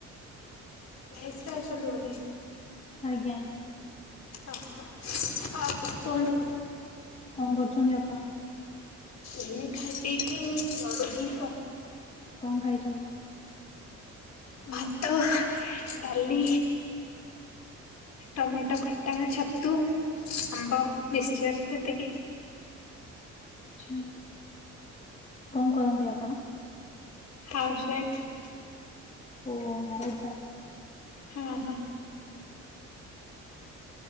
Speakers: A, on the left; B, on the left.
A: ମେସ ରେ ଅଛନ୍ତି ବୋଧେ?
B: ଆଜ୍ଞା।
A: ଅ ହୋ ଆଉ କଣ କୁହନ୍ତୁ?
B: କଣ କରୁଚନ୍ତି ଆପଣ?
A: ଏଇ ଖାଇ ପିଇକି ଗଡୁଥିଲୁ ଆଉ।
B: କଣ ଖାଇଚନ୍ତି?
A: ଭାତ ଡାଲି ଟମାଟ ଖଟ ଟା ଛତୁ ଆମ୍ବ ମିକ୍ସଚର ସେତିକି।
B: ଆଛା କଣ କରନ୍ତି ଆପଣ?
A: ହାଉସ୍ୱାଇଫ୍।
B: ଓ ମରିଡ ତାହାଲେ?
A: ହଁ ହଁ।